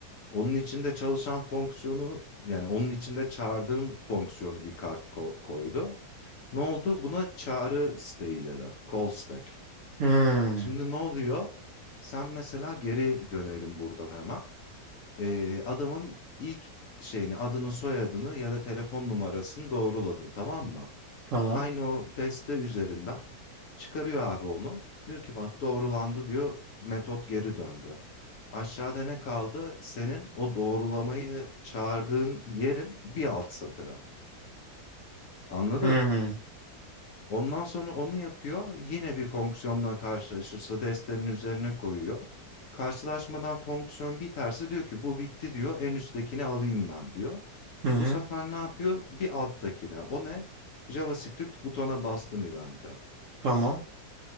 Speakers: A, on the left; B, on the right.
A: Onun içinde çalışan fonksiyonu yani onun içinde çağırdığın fonksiyonu bir kart ko- koydu. Ne oldu? Buna çağrı stack dedi. Call stack.
B: Hmm,
A: Şimdi ne oluyor? Sen mesela geri dönelim buradan hemen. Ee, adamın ilk şeyini adını soyadını ya da telefon numarasını doğruladın tamam mı?
B: Tamam.
A: Aynı o deste üzerinden Çıkarıyor abi onu. Diyor ki bak doğrulandı diyor. Metot geri döndü. Aşağıda ne kaldı? Senin o doğrulamayı çağırdığın yerin bir alt satırı. Anladın?
B: Hı hı
A: Ondan sonra onu yapıyor. Yine bir fonksiyonla karşılaşırsa destenin üzerine koyuyor. Karşılaşmadan fonksiyon biterse diyor ki bu bitti diyor. En üsttekini alayım ben diyor.
B: hı hı.
A: Bu sefer ne yapıyor? Bir alttakine. O ne? JavaScript butona bastım event'e.
B: Tamam.